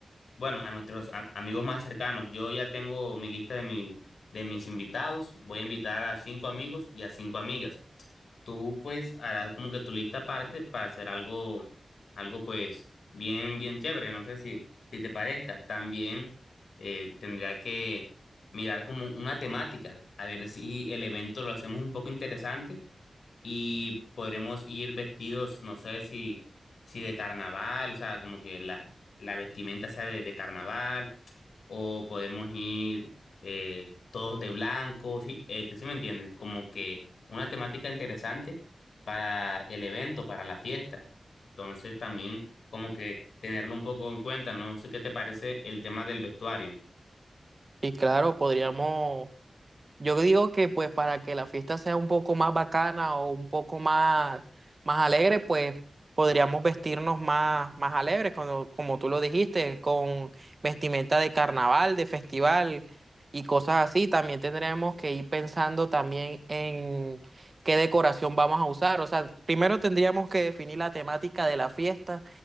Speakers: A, on the left; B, on the right.
A: bueno, a nuestros a- amigos más cercanos. Yo ya tengo mi lista de, mi, de mis invitados. Voy a invitar a cinco amigos y a cinco amigas tú pues harás como que tu lista aparte para hacer algo, algo pues bien, bien chévere, no sé si, si te parezca. También eh, tendría que mirar como una temática, a ver si el evento lo hacemos un poco interesante y podremos ir vestidos, no sé si, si de carnaval, o sea, como que la, la vestimenta sea de, de carnaval, o podemos ir eh, todos de blanco, sí, este, sí me entiendes, como que una temática interesante para el evento, para la fiesta. Entonces también como que tenerlo un poco en cuenta, no sé qué te parece el tema del vestuario.
B: Y claro, podríamos Yo digo que pues para que la fiesta sea un poco más bacana o un poco más, más alegre, pues podríamos vestirnos más, más alegres, como, como tú lo dijiste, con vestimenta de carnaval, de festival y cosas así. También tendremos que ir pensando también en qué decoración vamos a usar. O sea, primero tendríamos que definir la temática de la fiesta